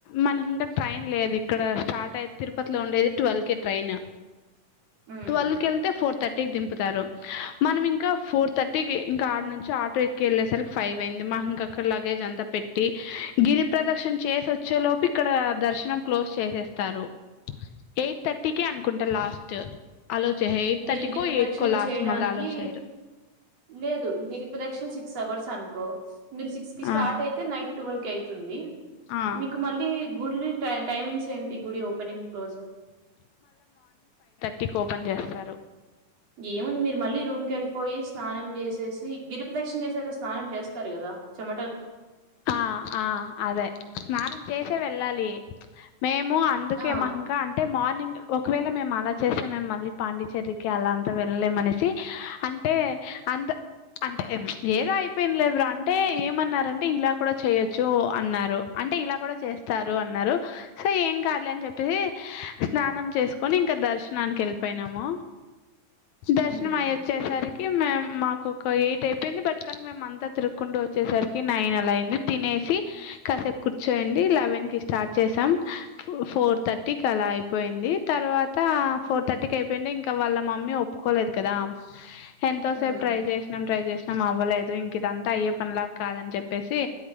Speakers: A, on the left; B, on the right.
A: మనకింకా ట్రైన్ లేదు ఇక్కడా స్టార్ట్ అయి తిరుపతిలో ఉండేది ట్వెల్ కి ట్రైను.
B: హ్మ్.
A: ట్వెల్వ్ కి వెళ్తే ఫోర్ థర్ట్ దింపుతారు మనం ఇంకా ఫోర్ థర్టీకి ఇంకా ఆడునుంచి ఆటో ఎక్కి ఏళ్ళేసరికి ఫైవ్ అయింది ఇంకక్క లాగేజ్ అంత పెట్టి గిరి ప్రదక్షణ చేసి వచ్చే లోపు ఇక్కడ దర్శనం క్లోజ్ చేసేస్తారు ఎయిట్ థర్టీ కే అనుకుంటా లాస్ట్ అలో చేయరు ఎయిట్
B: మీరు
A: థర్టీకో
B: గిరిప్రదక్షణ
A: ఎయిట్కో లాస్ట్
B: చేయడానికి
A: మళ్ళీ అలో చేయరు
B: లేదు గిరిప్రదక్షణ సిక్స్ అవర్స్ అను కో మీరు సిక్స్ కి స్టార్ట్
A: ఆ
B: అయితే నైట్ ట్వెల్ కి అయితుంది
A: ఆ
B: మీకు మళ్ళీ గు ట టైమింగ్స్ ఏంటి గుడి ఓపెనింగ్ క్లోజింగ్
A: టిక్ ఓపెన్ చేస్తారు
B: ఏముంది మీరు మళ్ళీ రూమ్ కేళ్ళిపోయి స్నానం చేసేసి తి గిరిప్రదక్షణ చేసాక స్నానం చేస్తారు కదా చెమట
A: ఆ ఆ అదే స్నానం చేసే వెళ్ళాలి మేము అందుకే
B: ఆ
A: మాకింకా అంటే మార్నింగ్ ఒకవేళ మేము అలా చేసా మేము మళ్ళీ పాండిచేరికి అలా అంతా వెళ్ళలేం అనేసి అంటే అంద అంటే ఏదో అయిపోయింది లే బ్రా అంటే ఏమన్నారంటే ఇలా కూడా చెయొచ్చు అన్నారు అంటే ఇలా కూడా చేస్తారు
B: ఆ
A: అన్నారు టే ఏం కాదు లే అని చెప్పేసి స్నానం చేసుకొని ఇంకా దర్శనానికి వెళ్ళిపోయినాము దర్శనం
B: ఉమ్
A: అయి వచ్చేసరి కి మేమ్ మాకు ఒక ఎయిట్ అయిపోయింది బట్ కానీ మేము అంతా తిరుకుంటు వచ్చేసరికి నైన్ అలా ఐ తినేసి కాసేపు కూర్చోయిండి లేవన్ కి స్టార్ట్ చేశాం ఫోర్ థర్టీకి అలా అయిపోయింది తర్వాత ఫోర్ థర్టీ కయిపోయింది ఇంకా వాళ్ళ మమ్మీ ఒప్పుకోలేదు కదా ఎంతోసేపు
B: ఉమ్
A: ట్రై చేసినాం ట్రై చేసినాం అవ్వలేదు ఇంక ఇదంతా అయ్యే పనిలాగా కాదని చెప్పేసి